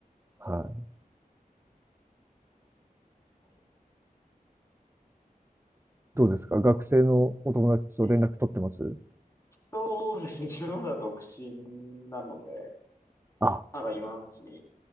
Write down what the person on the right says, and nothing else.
はい。
どうですか学生のお友達と連絡取ってます
あ、